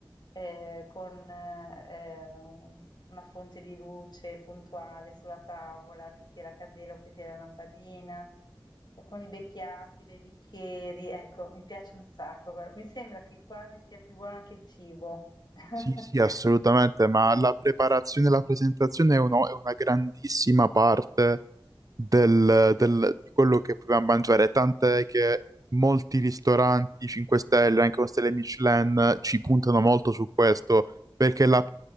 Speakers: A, on the left (about 55°); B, on the right (about 40°).
A: eh, con eh, un- una fonte di luce puntuale sulla tavola, che sia la candela o che sia la lampadina, con i bei piatti, i bei bicchieri, ecco, mi piace un sacco. guarda, Mi sembra che quasi sia più buono anche il cibo. <laughs>
B: Sì, sì, assolutamente, ma la preparazione e la presentazione è, uno- è una grandissima parte del- del- di quello che proviamo a mangiare, tant'è che molti ristoranti 5 stelle, anche con stelle Michelin, ci puntano molto su questo, perché la,